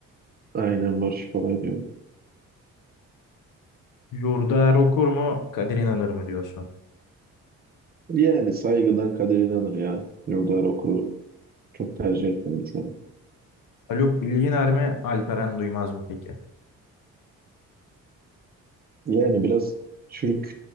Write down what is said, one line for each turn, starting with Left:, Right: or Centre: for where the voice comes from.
Right: aynen Barış Palay diyorum.
Left: Yurdaer Okur mu? Kadir İnanır mı diyorsun?
Right: Yani saygıdan kader inanır ya. Yurdaer Okur'u çok tercih etmedim şu an.
Left: Haluk Bilginer mi? Alperen Duymaz mı peki?
Right: Yani biraz Türk